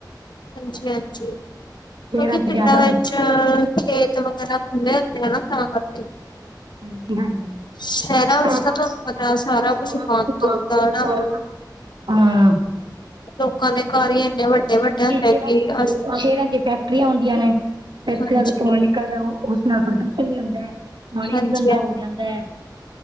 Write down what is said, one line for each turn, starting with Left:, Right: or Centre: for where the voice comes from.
Left: ਹਾਂਜੀ-ਹਾਂਜੀ, ਕਿਉਂਕਿ
Right: ਸ਼ਹਿਰਾਂ ਚ
Left: ਪਿੰਡਾਂ
Right: ਜ਼ਿਆਦਾ
Left: ਵਿੱਚ
Right: ਹੁੰਦਾ
Left: ਅਅ- ਖੇਤ ਵਗੈਰਾ ਖੁੱਲੇ ਹੁੰਦੇ ਆ ਨਾ ਤਾਂ ਕਰਕੇ।
Right: ਹਾਂਜੀ-ਹਾਂਜੀ।
Left: ਸ਼ਹਿਰਾਂ
Right: ਸਾਰਾ
Left: ਵਿੱਚ ਤਾਂ ਤੁਹਾਨੂੰ
Right: ਸਾਰਾ
Left: ਪਤਾ
Right: ਕੁਛ
Left: ਬੰਦ
Right: ਦਿੱਤਾ
Left: ਹੁੰਦਾ ਨਾ
Right: ਹਾਂ
Left: ਲੋਕਾਂ ਦੇ ਘਰ ਹੀ ਇੰਨੇ ਵੱਡੇ ਵੱਡੇ ਹੁੰਦੇ
Right: ਸ਼ੇਰਾਂ
Left: ਕਿ ਅਸ
Right: ਚ ਫੈਕਟਰੀਆਂ ਆਉਂਦੀਆਂ ਨੇ ਫੈਕਟਰੀਆਂ
Left: ਹਾਂਜੀ
Right: ਦਾ ਤੁਆ ਨਿਕਲਦਾ ਉਸ ਨਾਲ ਪ੍ਰਦੂਸ਼ਣ ਵੀ ਹੁੰਦਾ ਹੈ। ਪਾਣੀ
Left: ਹਾਂਜੀ
Right: ਵੀ ਗੰਦਾ ਹੋ ਜਾਂਦਾ ਹੈ।